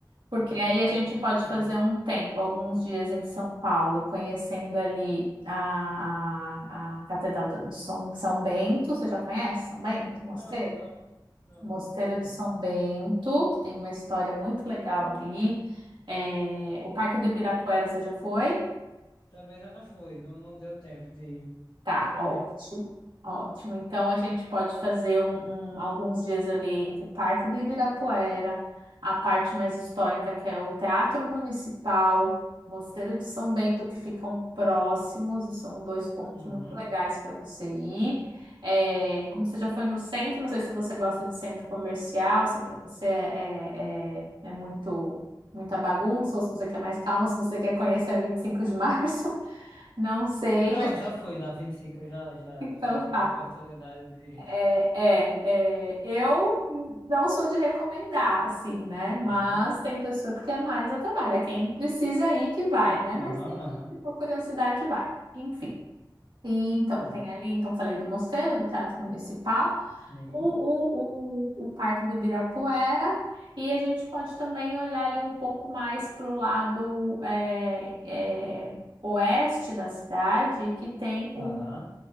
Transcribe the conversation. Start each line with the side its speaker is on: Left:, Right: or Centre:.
Right: Porque
Left: Que a gente
Right: aí
Left: gasta.
Right: a gente pode
Left: Ah,
Right: fazer um tempo, alguns dias em São Paulo, conhecendo ali a, a, a Catedral de São, São Bento. Você já conhece São Bento, Mosteiro?
Left: não, não, não,
Right: Mosteiro
Left: nunca fui.
Right: de São Bento, que tem uma história muito legal ali. Eh, o Parque do Ibirapuera, você já foi?
Left: Também não fui, não, não deu tempo de ir.
Right: Tá,
Left: Acredito.
Right: ótimo. Ótimo. Então a gente pode fazer um, um- alguns dias ali entre parte do Ibirapuera, a parte mais histórica, que é o Teatro Municipal, Mosteiro de São Bento, que ficam próximos, e são dois pontos
Left: Uhum.
Right: muito legais para você ir. É, como você já foi no centro, não sei se você gosta de centro comercial, se para você é, é, é é muito muita bagunça, ou se você quer mais calma, se você quer conhecer a 25 de março, <laughs> não sei,
Left: Não,
Right: mas
Left: já fui na vinte e cinco eu já, já,
Right: então
Left: já tive
Right: tá.
Left: a oportunidade de ir.
Right: É, é, é, eu não sou de recomendar, assim, né? Mas
Left: Aham,
Right: tem pessoa, porque é mais a trabalho, é quem precisa ir que vai, né?
Left: aham,
Right: Mas tem gente
Left: aham,
Right: que por curiosidade vai, enfim. E então
Left: aham.
Right: tem ali, então falei do Mosteiro, do Teatro Municipal,
Left: Sim,
Right: o, o, o, o Parque do Ibirapuera, e a gente pode também olhar ali um pouco mais para o lado é, é, oeste da cidade, que tem
Left: tá.
Right: o,